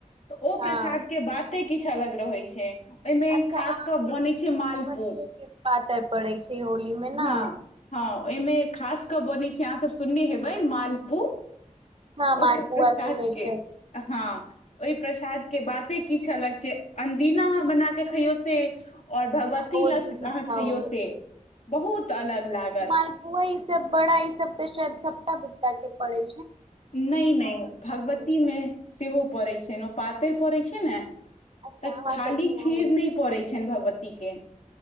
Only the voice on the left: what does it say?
तऽ ओ
प्रसाद के बाद। कते किछ अलग रहै छै। ओहिमे
खास
कऽ
बनै
छै
मालपुआ
हँ हँ ओहिमे खास कऽ बनै अहाँ सब सुनने हेबै मालपू।
ओकर
प्रसाद
के
हँ। ओहि प्रसाद के बाते किछ अलग छै, अन्दीना। बना क खइयो से। और भगवती
लग
अहाँ
खइयौ से बहुत अलग लागत
नइ- नइ भगवती
में सेहो पड़ैत छैन। पातरि पड़ै छै ने।
तऽ
खाली
खीर
नहि पड़ै
छइन भगवती के।